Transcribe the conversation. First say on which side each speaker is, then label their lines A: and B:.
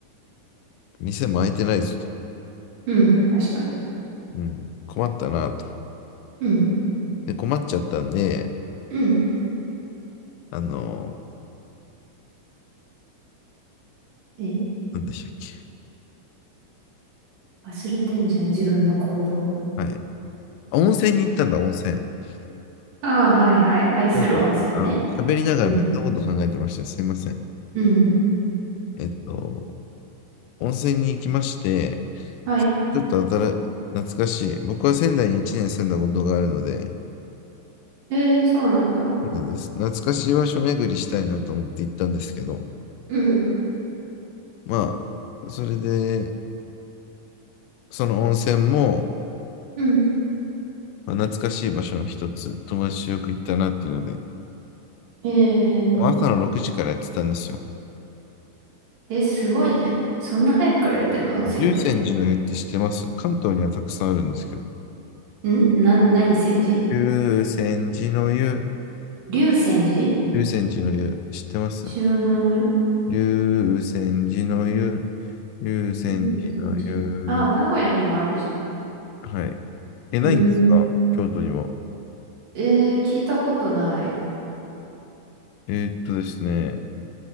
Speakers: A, on the left; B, on the right.
A: 店も開いてないぞと。
B: うん。確かに。
A: うん、困ったなと。
B: うん。
A: で、困っちゃったんで、
B: うん。
A: あの
B: え、
A: ー、なんでしたっけ。
B: 忘れてんじゃん、自分の行動。
A: はい。あ、温泉に行ったんだ、温泉。す
B: ああ、はいはい。愛する温泉ね。
A: いません。まああの、喋りながら別のこと考えてました。
B: うん。
A: すいません。
B: うん。
A: えっと、温泉に行きまして、
B: はい。
A: ちょっと新、懐かしい。僕は仙台に1年住んだことがあるので、
B: えー、そうなんだ。
A: そうなんです。懐かしい場所巡りしたいなと思って行ったんですけど、
B: うん。
A: まあ、それで、その温泉も、
B: うん。
A: まあ、懐かしい場所の一つ、友達とよく行ったなっていうので、
B: え
A: 朝の6時からやってたんですよ。
B: ー、え、すごいね。そんな早くからやってんの温泉って。
A: 竜泉寺の湯って知ってます関東にはたくさんあるんですけど。
B: んな、何泉寺
A: 竜泉寺の湯、
B: 龍泉寺
A: 竜泉寺の湯、知ってます
B: 知らない。
A: 竜泉寺の湯、竜泉寺の湯。
B: 龍泉寺ね。あ、名古屋にもあるじゃ
A: はい。
B: ん。
A: え、ないんですか京都には。
B: うーん。えー、聞いたことない。
A: えーっとですね、